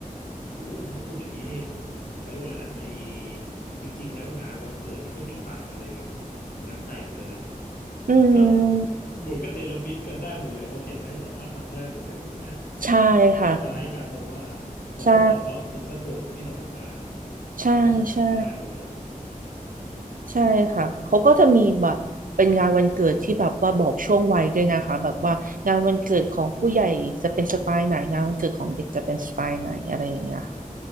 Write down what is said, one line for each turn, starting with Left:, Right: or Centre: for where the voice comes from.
Left: โอ้ถ้าพูดอย่างนี้นี่เขาเรียกว่าอะไรนะไอ้จริงๆแล้วงานวันเกิดนี่ก็ไม่ต่างอะไรกับงานแต่งเลยนะ
Right: อืม
Left: <laughs> ถ้าเหมือนกันเนรมิตกันได้หมดเลยออร์แกไนซ์สามารถทำได้หมดเลยถูกไหม
Right: ใช่ค่ะ
Left: คล้ายๆกันผมว่าขอแค่บอกเขาถึงสโคปที่เราต้องการอ่ะ
Right: ใช่ใช่ใช่
Left: เราน่าจะจัดให้ได้หมดเลย
Right: ใช่ค่ะ เขาก็จะมีแบบเป็นงานวันเกิดที่แบบว่าบอกช่วงวัยด้วยนะคะแบบว่างานวันเกิดของผู้ใหญ่จะเป็นสไตล์ไหนงานวันเกิดของเด็กจะเป็นสไตล์ไหนอะไรอย่างเงี้ยค่ะ
Left: อืมอืม